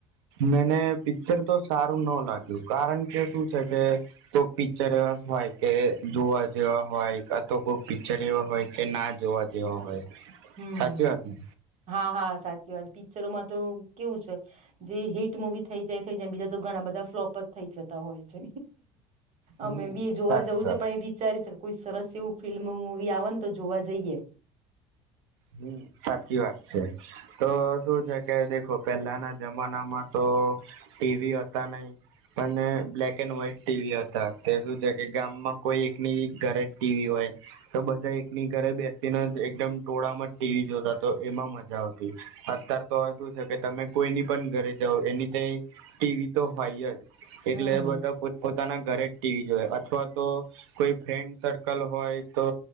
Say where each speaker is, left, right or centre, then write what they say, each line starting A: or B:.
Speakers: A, on the right; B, on the right.
A: મને પિક્ચર તો સારું ન લાગ્યું કારણ કે શું છે કે કોઈ પિક્ચર એવા હોય કે જોવા જેવા હોય ક તો કોઈ પિક્ચર એવા હોય તે ના જોવા જેવા હોય
B: હમ
A: સાચી વાત ને
B: હા હા સાચી વાત ી પિક્ચરોમાં તો કેવું છે જે હિટ મુવી થઇ જાય છે બીજા તો ઘણા બધા ફ્લોપઅપ થઇ જતા હોય છે
A: હમ
B: અમે બી જોવા
A: સાચી
B: જવું
A: વાત
B: છે પણ એ વિચારી શક કોઈ સરસ એવું ફિલ્મ મુૂવી આવેને તો જોવા જઈએ
A: હમ સાચી વાત છે તો શું છે કે દેખો પહેલાના જમાનામાં તો ટીવી હતા નહ પણ બ્લેક એન્ડ વ્હાઈટ ટીવી હતા તે શું છે કે ગામમાં કોઈ એકની ઘરે જ ટીવી હોય તો બધા એકની ઘરે બેસીને જ એકદમ ટોળામાં જ ટીવી જોતા તો એમાં મજા આવતી અત્યાર તો હવે શું છે કે તમે કોઈની પણ ઘરે જાઓ એની તો ટીવી તો હોય જ એટલે
B: હમ
A: એ બધા પોતાના ઘરે જ ટીવી જોય અથવા તો કોઈ ફ્રેન્ડ સર્કલ હોય તો